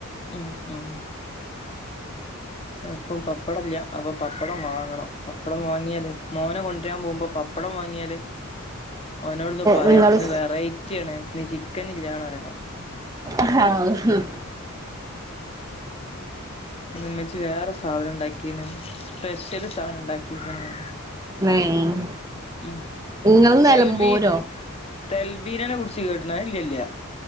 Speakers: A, on the left; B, on the right.
A: ഉം ആ ഇപ്പം പപ്പടംല്ല അപ്പൊ പപ്പടം വാങ്ങണം പപ്പടം വാങ്ങിയാല് മോനെ കൊണ്ടുവരാൻ പോക്പോ പപ്പടം വാങ്ങിയാല് ഓനോട്‌ ഇന്ന് പറയാ
B: നിങ്ങള്
A: ഇന്ന് വെറൈറ്റി ആണ് ഇ ചിക്കൻ ഇല്ലന്ന് അറിയണോ
B: ആഹ ഉ
A: മ്മച്ച് വേറെ സാധനം ഉണ്ടാക്കീന് സ്പെഷ്യല് സാധനം ഉണ്ടാക്കിരിക്കണാണ്
B: <unintelligible>
A: ഉ
B: ഇങ്ങള് നിലമ്പൂരോ
A: തെൽബീൻ തെൽബീനനെ കുടിച്ച് കേട്ടണ ഇല്ല ഇല്ല